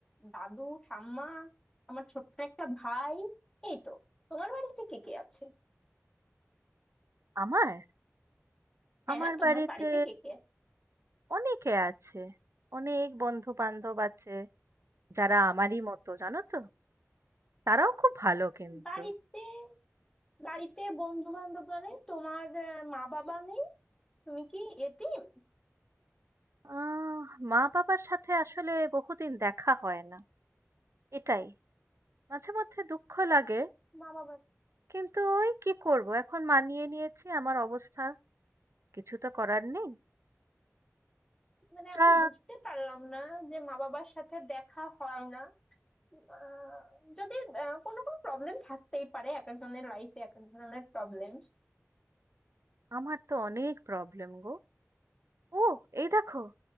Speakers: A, on the left (about 15°); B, on the right (about 75°).
A: দাদু ঠাম্মা আমার ছোট্ট একটা ভাই এই তো তোমার বাড়িতে কে কে আছে
B: আমার?
A: হ্যাঁ
B: আমার
A: তোমার
B: বাড়িতে
A: বাড়িতে কে কে আছে
B: অনেকে আছে। অনেক বন্ধু বান্ধব আছে। যারা আমারই মতো জানো তো তারাও খুব ভালো কিন্তু
A: বাড়িতে বাড়িতে বন্ধু বান্ধব মানে তোমার আহ, মা বাবা নেই তুমি কি এতিম
B: আহ মা বাবার সাথে আসলে বহুদিন দেখা হয় না এটাই মাঝে মধ্যে দুঃখ লাগে
A: মা বাবা
B: কিন্তু ওই কি করব এখন মানিয়ে নিয়েছি আমার অবস্থা কিছু তো করার নেই
A: মানে
B: তা
A: আমি বুঝতে পারলাম না যে মা বাবার সাথে দেখা হয় না আহ, যদি আহ, কোনো কোনো প্রবলেম থাকতেই পারে এক একজনের লাইফে এক এক ধরনের প্রবলেম
B: আমার তো অনেক প্রবলেম গো ও এই দেখো